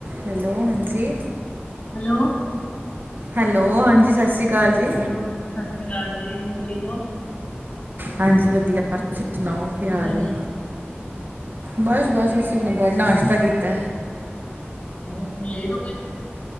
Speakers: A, on the right; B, on the left.
A: Hello, ਹਾਂਜੀ।
B: Hello.
A: Hello ਹਾਂਜੀ, ਸਤਿ ਸ਼੍ਰੀ ਅਕਾਲ ਜੀ
B: ਹੈਲੋ, ਸਤਿ ਸ਼੍ਰੀ ਅਕਾਲ ਜੀ ਹੋਰ ਠੀਕ ਓ?
A: ਹਾਂਜੀ, ਵਧੀਆ ਤੁਸੀਂ ਸੁਣਾਓ ਕੀ ਹਾਲ
B: ਕਰਦੇ
A: ਐ?
B: ਹੋ?
A: ਬਸ ਬਸ ਅਸੀਂ ਵੀ ਹੁਣ ਨਾਸ਼ਤਾ ਕੀਤਾ।
B: ਅੱਛਾ ਹੁਣ ਲੇਟ ਹੋਗੇ।